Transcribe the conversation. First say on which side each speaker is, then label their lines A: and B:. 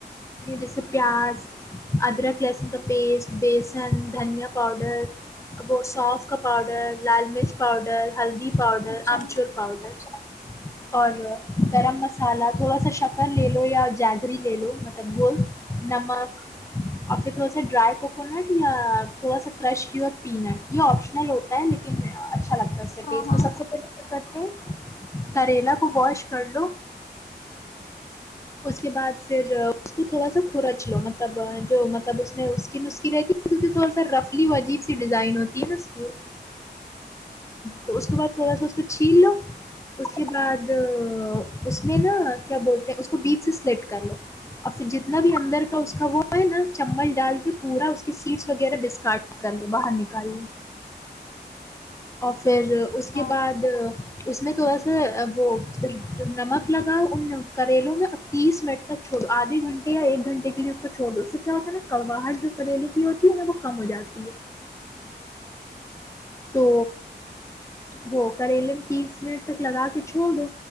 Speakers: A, on the left; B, on the left.
A: جیسے پیاز ادرک لہسن کا پیسٹ بیسن دھنیا پاؤڈر وہ سونف کا پاؤڈر لال مرچ پاؤڈر ہلدی پاؤڈر
B: اچھا
A: آمچور پؤڈر اور گرم مسالہ تھوڑا سا شکر لے لو یا جاگری لے لو مطلب وہ نمک اور پھر تھوڑا سا ڈرائی کوکونٹ یا تھوڑا سا کرش کی پینٹ یہ آپشنل ہوتا ہے لیکن اچھا لگتا س سے
B: ہاں
A: ٹیسٹ تو
B: ہاں
A: سب سے پہے کرتے کریلا کو واش کر لو اس کے بعد پھر اس کو تھوڑا سا کھرچ لو مطلب جو مطلب اس میں اسکن اس کی رہتی ہے کیونکہ تھوڑا سا رفلی عجیب سی ڈیزائن ہوتی ہے نا اس کی تو اس کے بعد تھوڑا سا اس کو چھین لو اس کے بعد اس میں نا کیا بولتے ہیں اس کو بیپ سے سلیٹ کر لو اور پھر جتنا بھی اندر کا اس کا وہ ہے نا چمبل ڈال کے پورا اس کی سیٹس وغیرہ ڈسکارٹ کر لو باہر نکال لو اور پھر اس کے
B: ہاں
A: بعد اس میں تھوڑا سا وہ نمک لگاؤ ان کریلوں میں اور تیس منٹ چھو آدے گھنٹے یا ایک گھنٹے کے لیے اس کو چھوڑ دو اس سے کیا ہوتا ہے نا کرواہٹ جو کریلے کی ہوتی ہے نا وہ کم ہو جاتی ہے تو وہ کریلم تیس منٹ تک لگا کے چھوڑ دو